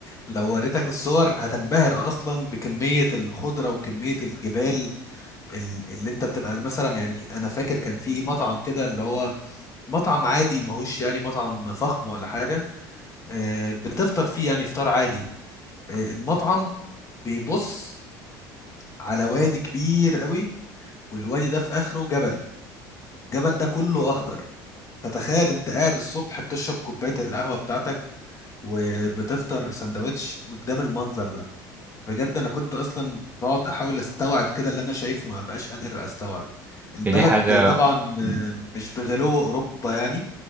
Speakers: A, on the left; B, on the right.
A: لو وريتك الصور هتنبهر اصلا بكمية الخضرة وكمية الجبال ال- اللي انت بتبقى مثلا يعني انا فاكر كان في مطعم كده اللي هو مطعم عادي ماهوش يعني مطعم فخم ولا حاجة آه، بتفطر فيه يعني فطار عادي آه، المطعم بيبص على وادي كبير قوي والوادي ده في اخره جبل الجبل ده كله اخضر فتخيل انت قاعد الصبح بتشرب كوبايه القهوه بتاعتك وبتفطر سندوتش قدام المنظر ده بجد انا كنت اصلا بقعد احاول استوعب كده اللي انا شايفه وما بقاش قادر استوعب البلد
B: هي دي حاجة
A: طبعا آه،
B: مم.
A: مش بغلو اوروبا يعني